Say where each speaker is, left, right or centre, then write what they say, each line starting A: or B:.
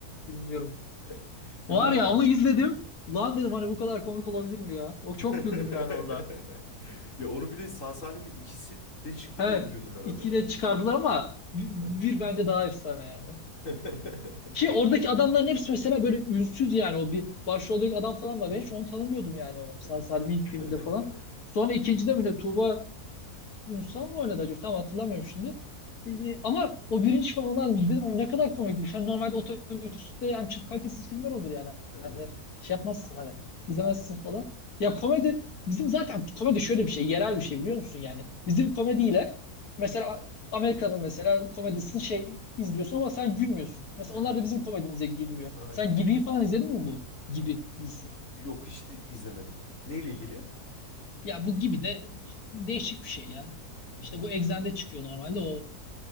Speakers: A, on the left; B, on the left.
A: Bilmiyorum.
B: <laughs> Biliyorum
A: Var ya
B: onu.
A: onu izledim. Lan dedim hani bu kadar komik olabilir mi ya? O çok
B: <laughs>
A: güldüm yani orada.
B: Ya onun bir de sağ salimin ikisi de çıktı
A: Evet.
B: diye biliyordum herhalde
A: ikiyle
B: ya.
A: çıkardılar ama bir, bir
B: Hı hı.
A: bence daha efsane yani.
B: <laughs>
A: Ki oradaki adamların hepsi mesela böyle ünsüz yani o bir başroldeki adam falan var. Ben hiç onu tanımıyordum yani o Sağ
B: Evet.
A: Salim ilk
B: <laughs>
A: filmde falan. Sonra ikincide mi ne Tuğba Ünsal mı oynadı acaba? Tam hatırlamıyorum şimdi. Ee, ama o birinci falan olan dedim o ne kadar komikmiş. Hani normalde otobüste yani çok kalitesiz filmler olur yani.
B: Evet.
A: Hani şey yapmazsın hani izlemezsin falan. Ya komedi bizim zaten komedi şöyle bir şey yerel bir şey biliyor musun yani.
B: Hı
A: Bizim
B: hı.
A: komediyle mesela Amerika'nın mesela komedisini şey izliyorsun ama sen gülmüyorsun. Mesela
B: Evet.
A: onlar da bizim komedimize girmiyor.
B: Aynen.
A: Sen Gibi'yi falan izledin mi bu? Gibi dizisi.
B: Yok hiç di- izlemedim. Neyle ilgili?
A: Ya bu gibi de değişik bir şey ya.
B: Hmm.
A: İşte bu Exxen'de çıkıyor normalde o